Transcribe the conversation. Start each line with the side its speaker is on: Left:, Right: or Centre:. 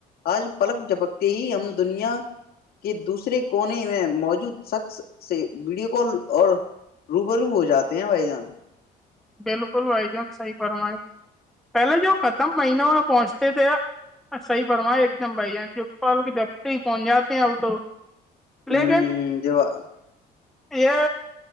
Left: آج پلک جھپکتے ہی ہم دنیا کے دوسرے کونے میں موجود شخص سے ویڈیو کال اور روبرو ہو جاتے ہیں بھائی جان
Centre: بالکل بھائی جان صحیح فرمائے پہلے جو ختم مہینوں میں پہنچتے تھے صحی فرمائے ایک دم بھائی جان جو پالک جب سے ہی پہنچ جاتے ہیں اب تو
Left: ہوں
Centre: لیکن
Left: ج وا
Centre: یہ